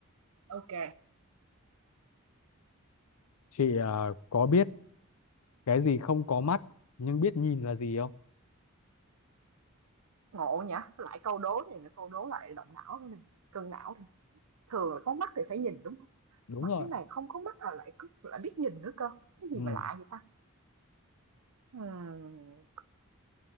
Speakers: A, on the right; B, on the left.
A: Ok,
B: Chị ờ, có biết cái gì không có mắt nhưng biết nhìn là gì không?
A: ngộ nhỉ, lại câu đố này là câu đố lại động não này, cân não này. Thường là có mắt thì phải nhìn đúng không?
B: Đúng
A: Mà
B: rồi.
A: cái này không có mắt là lại cứ lại biết nhìn nữa cơ. Cái gì
B: Ừ,
A: mà lạ vậy ta? Ừm,